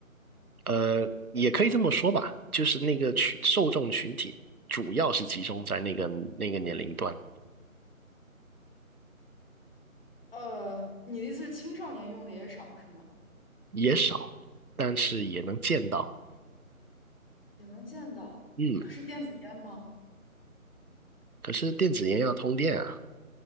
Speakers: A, on the right (about 85°); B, on the left (about 40°).
A: 呃，也可以这么说吧，就是那个群受众群体主要是集中在那个那个年龄段，
B: 呃，你的意思是青少年用的也少是吗？
A: 也少，但是也能见到。
B: 也能见到，
A: 嗯，
B: <laughs> 是电子烟吗？
A: 可是电子烟要通电啊，